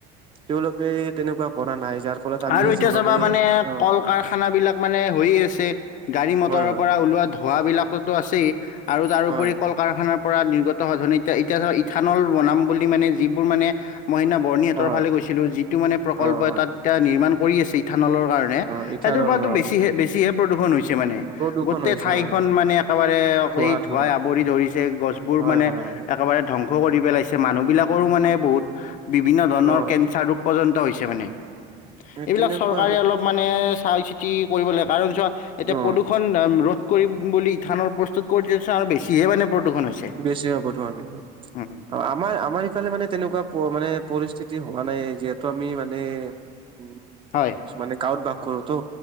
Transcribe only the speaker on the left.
আৰু এতিয়া
চাবা মানে
কল- কাৰখানা বিলাক মানে হৈয়ে আছে, গাড়ী মটৰৰ
পৰা ওলোৱা ধ ধোঁৱা বিলাকতো আছেই আৰু তাৰোপৰি
কল কাৰখানাৰ পৰা নিৰ্গত হোৱা ধৰণে এতিয়া এতিয়া ইথানল বনাম বুলি মানে যিবোৰ মানে মই সেইদিনা বৰ্ণিহাটৰ
ফালে গৈছিলো, যিটো মানে প্ৰকল্প
এ তাত এতিয়া নিৰ্মাণ কৰি আছে ইথানলৰ কাৰণে নে
সেইটোৰ পৰা
বেছিহে বেছিহে প্ৰদূৰষণ হৈছে মানে
গোটেই
ঠাইখন
মানে একেবাৰে
এই
ধুৱাই আৱৰি ধৰিছে, গছবোৰ
মানে
একেবাৰে ধ্বংস কৰি পেলাইছে, মানুহ বিলাকৰো মানে বহুত বিভিন্ন ধৰণৰ
কেঞ্চাৰ ৰোগ পৰ্যন্ত হৈছে মানে এইবিলাক
চৰকাৰে অলপ মানে চাই চিতি কৰিব লাগে।। কাৰণ চোৱা এতিয়া
প্ৰদূষণ ৰোধ কৰিম বুলি ইথানল প্ৰস্তুত কৰোতে আৰু বেছিহে মানে প্ৰদূষণ হৈছে।
উম,
হয়।